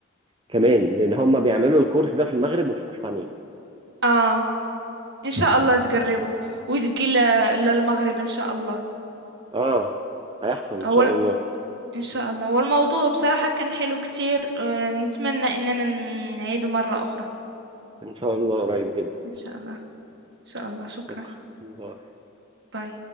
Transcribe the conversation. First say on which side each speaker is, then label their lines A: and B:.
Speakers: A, on the right; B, on the right.
A: كمان لان هم بيعملوا الكورس ده في المغرب وفي اسبانيا
B: اه ان شاء الله تقربوا وتجي ل- للمغرب ان شاء الله
A: اه هيحصل ان
B: اول
A: شاء الله
B: ان شاء الله والموضوع بصراحة كان حلو كتير آه، نتمنى اننا نعيده مرة اخرى
A: ان شاء الله قريب جدا
B: ان شاء الله ان شاء الله شكرا
A: شكرا
B: باي